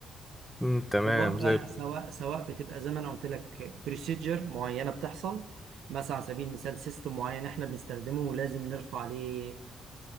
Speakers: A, in the centre; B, on the right.
A: مم، تمام
B: سواء بقى
A: زي الفل
B: سواء سواء بتبقى زي ما انا قلت لك بروسيجر معينه بتحصل مثلا على سبيل المثال سيستم معين احنا بنستخدمه ولازم نرفع عليه